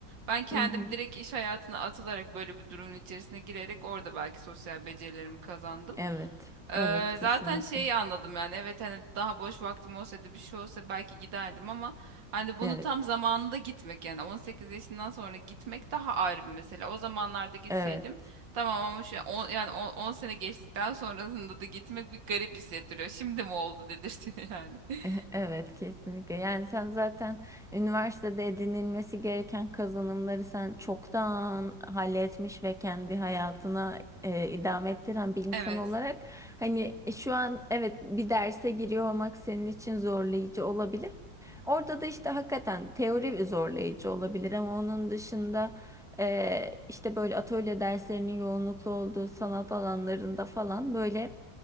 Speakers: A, on the right; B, in the centre.
A: Ben kendim
B: Hı hı.
A: direkt iş hayatına atılarak böyle bir durumun içerisine girerek orada belki sosyal becerilerimi kazandım.
B: Evet,
A: Ee,
B: evet kesinlikle.
A: zaten şeyi anladım yani evet hani daha boş vaktim olsaydı bir şey olsa belki giderdim ama hani bunu
B: Evet,
A: tam zamanında gitmek yani 18 yaşından sonra gitmek daha ayrı bir mesele. O zamanlarda gitseydim
B: evet.
A: Tamam ama şu on, yani 10 sene geçtikten sonrasında da gitmek bir garip hissettiriyor. Şimdi mi oldu dedirtiyor yani. <laughs>
B: <laughs> Evet kesinlikle. Yani sen zaten üniversitede edinilmesi gereken kazanımları sen çoktan halletmiş ve kendi hayatına e, idame ettiren bir insan
A: Evet.
B: olarak hani e, şu an evet bir derse giriyor olmak senin için zorlayıcı olabilir. Orada da işte hakikaten teori zorlayıcı olabilir ama onun dışında e, işte böyle atölye derslerinin yoğunluklu olduğu sanat alanlarında falan böyle